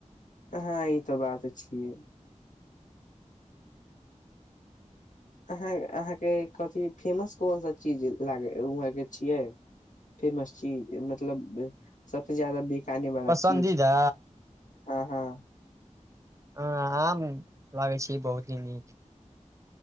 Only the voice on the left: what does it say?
हँ ई तो बात छ। अहाँ अहाँके कथिी फेमस कोन सा चीज लाग उह के छियै फेमस चीज मतलब सब। सब जादा बिके वा
चीज हँ हँ। <unintelligible>